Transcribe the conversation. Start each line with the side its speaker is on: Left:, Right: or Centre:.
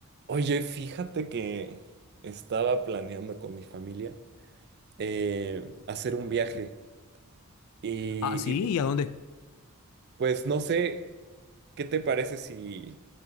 Right: Oye, fíjate que estaba planeando con mi familia eh, hacer un viaje y,
Left: Ah, sí,
Right: y,
Left: ¿y a dónde?
Right: pues no sé qué te parece si,